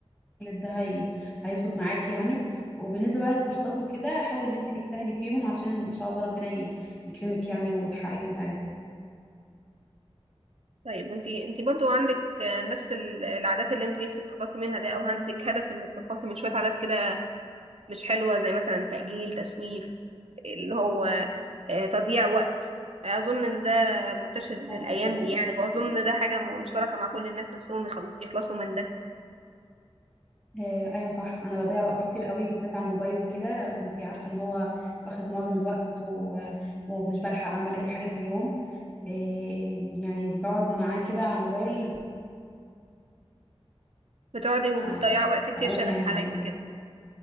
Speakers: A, on the left (about 20°); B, on the right (about 75°).
A: ده هي... هيظبط معاكي يعني وبالنسبه بقى للكورسات وكده حاولي ان انت تجتهدي فيهم عشان ان شاء الله ربنا ي- يكرمك يعني وتحققي اللي انت عايزاه
B: طيب انتي انتي برضو عندك آه، نفس ال- العادات اللي انتي نفسك تخلصي منها ده او عندك هدف انك تخلصي من شوية عادات كده مش حلوة زي مثلا تأجيل تسويف اللي هو آه، تضييع وقت أظن إن ده منتشر الأيام
A: أو أنا بضيع
B: دي يعني وأظن ده حاجة م- مشتركة مع كل الناس نفسهم يخل- يخلصوا من ده
A: آه، ايوه صح انا بضيع وقت كتير قوي بالذات على الموبايل وكده انت عارفه ان هو واخد معظم الوقت و- ومش بلحق اعمل اي حاجه في اليوم آه، يعني بقعد معاه كده على الموبايل
B: بتقعدي وبتضيعي
A: آه،
B: وقت كتير
A: اقوم
B: شبه
A: يعني
B: حالاتي
A: من عليه
B: كده